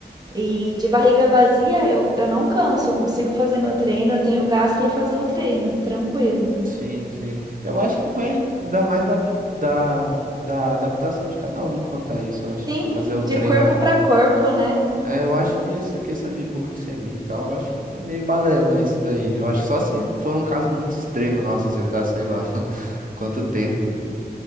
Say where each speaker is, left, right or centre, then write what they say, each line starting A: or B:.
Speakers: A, on the right; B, on the right.
A: E de barriga vazia, eu, eu não canso, eu consigo fazer meu treino, eu tenho gás para fazer o treino, tranquilo.
B: Sim, sim. Eu acho que vai dar mais da, da, da adaptação de cada um quanto a isso, eu acho,
A: Sim,
B: de fazer o
A: de
B: treino.
A: corpo para corpo, né?
B: É, eu acho que essa questão de hipoglicemia e tal, eu acho que meio balela isso daí. Eu acho que só se for um caso muito extremo, nossa, você tá, sei lá, <laughs> quanto tempo. E